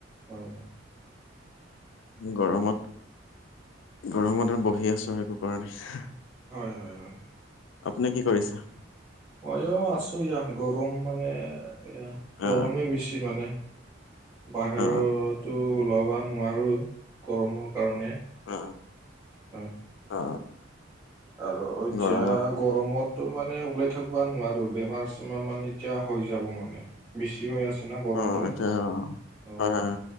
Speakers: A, on the right; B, on the left.
A: হয় হয়।
B: গৰমত, গৰমত আৰু বহি আছোঁ, একো কৰা নাই।
A: হয় হয় হয়।
B: আপুনি কি কৰিছে?
A: মইয়ো আছো এয়া, গৰম মানে এয়া গৰমে
B: অ
A: বেছি মানে। বাহিৰতো
B: অ
A: ওলাব নোৱাৰোঁ, গৰমত। কাৰণে উম,
B: অ অ,
A: আৰু এতিয়া
B: গৰমত
A: গৰমতো মানে ওলাই থাকিব নোৱাৰোঁ, বেমাৰ-চেমাৰ মানে এতিয়া হৈ যাব মানে। বেছি হৈ আছে। না গৰমটো।
B: অ, এতিয়া অ,
A: অ'
B: হয় হয়